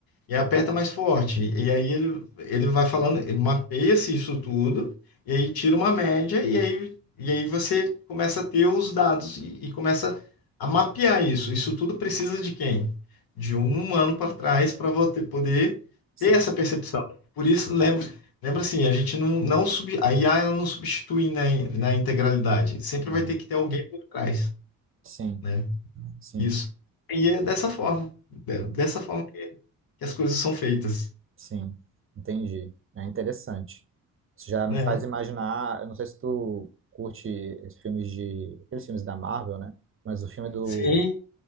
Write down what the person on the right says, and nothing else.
Sim,
aham,
sim,
sim,
uhum,
sim. Entendi. É interessante. Isso já me
faz imaginar. Eu não sei se tu curte esses filmes de. Aqueles filmes da Marvel, né? Mas o filme do,